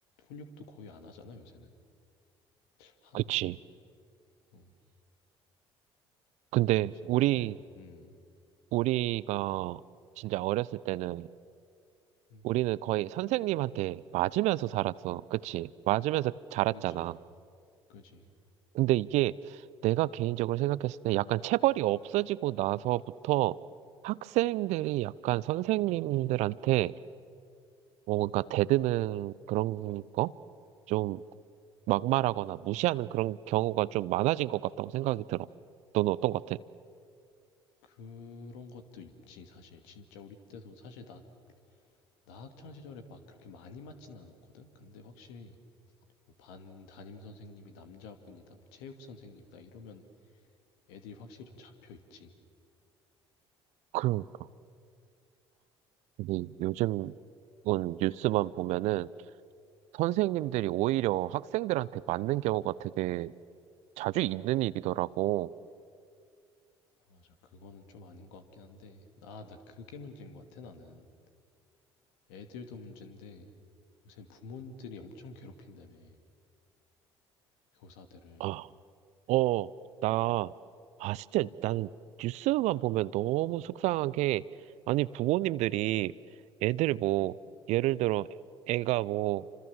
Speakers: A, on the left; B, on the right.
A: 훈육도 거의 안 하잖아 요새는 하나.
B: 그치.
A: 어,
B: 근데
A: 거의 진짜
B: 우리
A: 애, 음,
B: 우리가 진짜 어렸을 때는
A: 음,
B: 우리는 거의 선생님한테 맞으면서 살았어. 그치? 맞으면서 자랐잖아.
A: 그지, 그지.
B: 근데 이게 내가 개인적으로 생각했을 때 약간 체벌이 없어지고 나서부터 학생들이 약간 선생님들한테 뭐 뭔가 대드는 그런 거? 좀 막말하거나 무시하는 그런 경우가 좀 많아진 것 같다고 생각이 들어. 너는 어떤 것 같아?
A: 그런 것도 있지 사실. 진짜 우리 때도 사실 나 나 학창 시절에 막 그렇게 많이 맞진 않았거든. 근데 확실히 뭐 반 담임 선생님이 남자분이다, 뭐 체육 선생님이다 이러면 애들이 확실히 좀 잡혀 있지.
B: 그러니까. 근데 요즘은 뉴스만 보면은 선생님들이 오히려 학생들한테 맞는 경우가 되게 자주 있는 일이더라고.
A: 맞아, 그거는 좀 아닌 것 같긴 한데, 아, 나 그게 문제인 것 같아 나는. 애들도 문제인데 요새 부모들이 엄청 괴롭힌다며 교사들을.
B: 아, 어, 나, 아, 진짜, 난 뉴스만 보면 너무 속상한 게, 아니, 부모님들이 애들 뭐, 예를 들어, 애가 뭐,